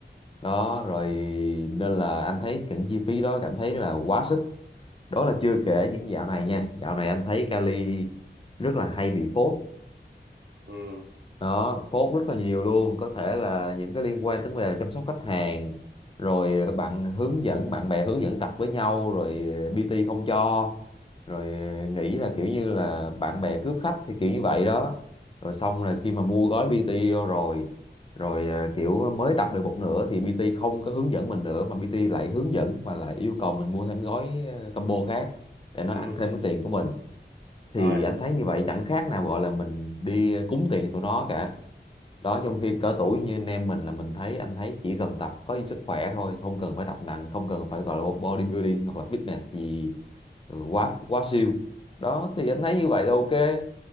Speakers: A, on the left (about 30°); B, on the right (about 70°).
A: đó rồi nên là anh thấy những chi phí đó cảm thấy là quá sức đó là chưa kể những dạo này nha dạo này anh thấy Cali rất là hay bị phốt
B: ừ,
A: đó phốt rất là nhiều luôn có thể là những cái liên quan tới về chăm sóc khách hàng rồi bạn hướng dẫn bạn bè hướng dẫn tập với nhau rồi PT không cho rồi nghĩ là kiểu như là bạn bè cướp khách thì kiểu như vậy đó rồi xong là khi mà mua gói PT vô rồi rồi ờ, kiểu mới tập được một nửa thì PT không có hướng dẫn mình nữa mà PT lại hướng dẫn và lại yêu cầu mình mua thêm gói ờ, combo khác để nó
B: ừ.
A: ăn thêm cái tiền của mình
B: rồi
A: thì anh thấy như vậy chẳng khác nào gọi là mình đi ờ, cúng tiền cho tụi nó cả đó trong khi cỡ tuổi như anh em mình là mình thấy anh thấy chỉ cần tập có sức khỏe thôi không cần phải tập nặng không cần phải gọi là bodybuilding hoặc là fitness gì ừ, quá quá siêu đó thì anh thấy như vậy là ok